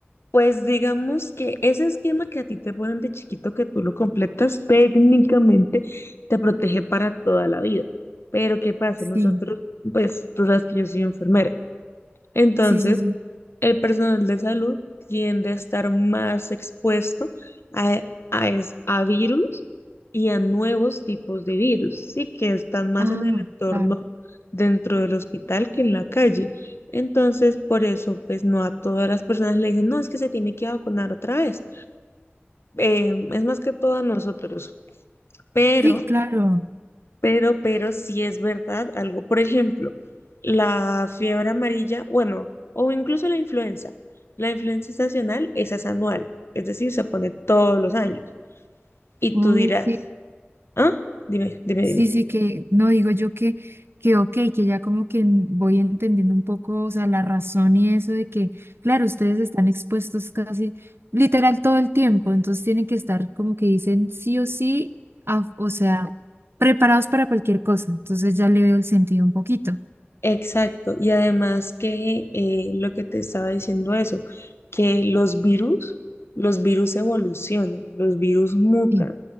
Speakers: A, on the left; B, on the right.
A: Pues digamos que ese esquema que a ti te ponen de chiquito que tú lo completas, técnicamente te protege para toda la vida. Pero ¿qué pasa?
B: Sí,
A: Nosotros, pues tú sabes que yo soy enfermera. Entonces,
B: sí, sí, sí.
A: el personal de salud tiende a estar más expuesto a, a, es- a virus y a nuevos tipos de virus, sí, que están más
B: Ah,
A: en el entorno
B: claro.
A: dentro del hospital que en la calle. Entonces, por eso, pues no a todas las personas le dicen, no, es que se tiene que vacunar otra vez. Eh, es más que todo a nosotros, pero
B: Sí, claro.
A: pero, pero sí es verdad algo. Por ejemplo, la fiebre amarilla, bueno, o incluso la influenza. La influenza estacional, esa es anual, es decir, se pone todos los años. Y
B: Ok,
A: tú dirás, ¿ah? Dime, dime,
B: Sí,
A: dime.
B: sí, que no digo yo que, que ok, que ya como que en- voy entendiendo un poco, o sea, la razón y eso de que, claro, ustedes están expuestos casi literal todo el tiempo, entonces tienen que estar como que dicen sí o sí, a- o sea, preparados para cualquier cosa, entonces ya le veo el sentido un poquito.
A: Exacto, y además que eh, lo que te estaba diciendo eso, que los virus, los virus evolucionan, los virus mutan,
B: Sí,